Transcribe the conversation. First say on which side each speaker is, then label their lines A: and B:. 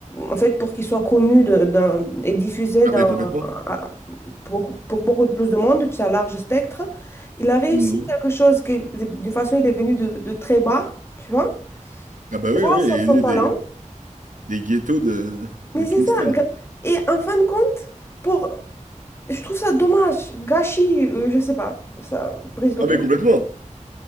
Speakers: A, on the left (about 20°); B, on the right (about 75°).
A: en fait, pour qu'il soit connu de- dans- et diffusé
B: Ah
A: dans,
B: ben complètement.
A: à- pour, pour beaucoup de plus de monde, tu sais, à large spectre. Il a réussi
B: Mhm.
A: quelque chose qui, d'une façon, il est venu de, de très bas, tu vois,
B: Ah bah oui,
A: grâce
B: oui, oui,
A: à son
B: il est né
A: talent.
B: des, des ghettos de, de
A: Mais c'est
B: Kingston.
A: ça, gr- et en fin de compte, pour Je trouve ça dommage, gâchis, euh, je sais pas, ça brise le
B: Ah
A: cœur.
B: mais complètement,